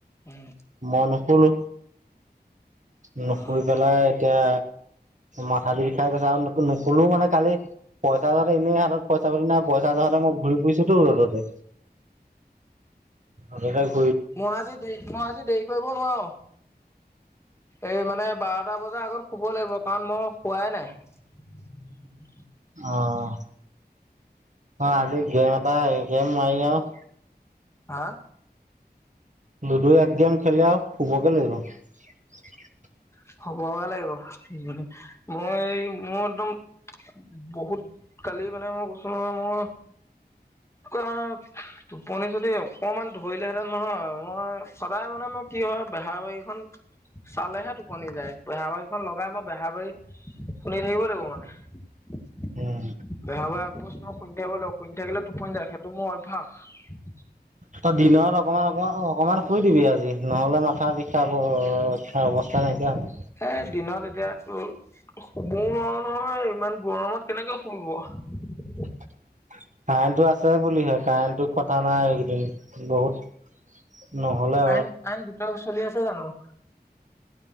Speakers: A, on the left; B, on the right.
A: উম
B: মন নোশুলো। নুশুই
A: অ'।
B: পেলাই এতিয়া মাথা দি বিষাই গৈছে। আৰু নুশুলোও মানে কালি পইচা ত এনেই হাতত পইচা তোমাৰ পইচাৰ জহতে মই ঘূৰি ফুৰিছোতো ৰ'দতে। <unintelligible>
A: মই আজি দে, মই আজি দেৰি কৰিব নোৱাৰো।
B: <inaudible>
A: এই মানে বাৰটা বজাৰ আগত শুব লাগিব কাৰণ মই শুৱাই নাই।
B: অ', আজি গেম এটা, এগেম মাৰি আৰু।
A: হা?
B: লুডু এক গেম খেলি আৰু শুবকে লাগিব।
A: শুবগে লাগিব, উম'। মই এই মোৰ একদম উম, বহুত কালি মানে মই কৈছো নহয় মোৰ <unintelligible> টোপনি যদি অকনমান ধৰিলেহেঁতেন নহয় মই সদায় মানে মই কি হয় বেহাৰবাৰীখন চালেহে টোপনি যায় বেহাৰবাৰীখন লগাই মই বেহাৰবাৰী শুনি থাকিব লাগিব মানে।
B: উম
A: বেহাৰবাৰী আউটপোষ্ট শুনি থাকিব লাগিব শুনি থাকিলে টোপনি যাওঁ, সেইটো মোৰ অভ্যাস।
B: তৈই দিনত অকনমান-অকনমান-অকনমান শুই দিবি আজি নহ'লে মাথা বিষাব, বিষাই অৱস্থা নাইকিয়া হ'ব।
A: এ দিনত এতিয়া তোৰ শুবও নোৱাৰো নহয় ইমান গৰমত কেনেকে শুওঁ বাৰু।
B: <unintelligible> কাৰেণ্টটো আছে বুলিহে কাৰেণ্টটো কটা নাই এইকেইদিন। বহুত নহ'লে
A: কাৰেন্ট-কাৰেণ্ট গোটেই চলি আছে জানো?